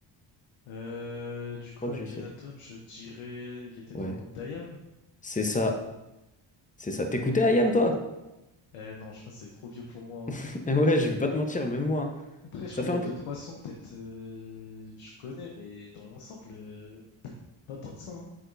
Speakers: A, on the left (about 80°); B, on the left (about 15°).
A: Euh, du
B: Je
A: coup,
B: crois que
A: Akhenaton,
B: je sais.
A: je dirais, il était
B: Ouais.
A: dans le groupe d'IAM.
B: C'est ça. C'est ça. T'écoutais Ayam toi?
A: Euh, non, je crois que c'est trop vieux pour moi.
B: <laughs>
A: hein.
B: Ouais, je vais pas te mentir, même moi. hein.
A: Après, je
B: Ça
A: crois
B: fait
A: qu'il y
B: un
A: a deux,
B: peu.
A: trois sons, peut-être, euh, je connais, mais dans l'ensemble, euh, pas tant que ça. hein.